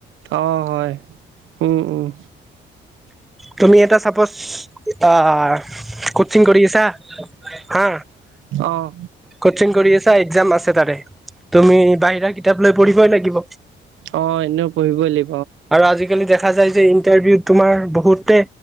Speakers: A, on the right; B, in the centre.
A: অ', হয়। উম, উম।
B: তুমি এটা চাপ'জ আহ। কটচিং কৰিকি আছা হা।
A: অঁ
B: কটচিং কৰি আছা, একজাম আছে তাৰে, তুমি বাহিৰা কিতাপ লৈ পঢ়িবই লাগিব।
A: অঁ, এনেও পঢ়িবই লি
B: আৰু আজি কালি দেখ দেখা যায় যে ইণ্টাৰভিউত তোমাৰ বহুতে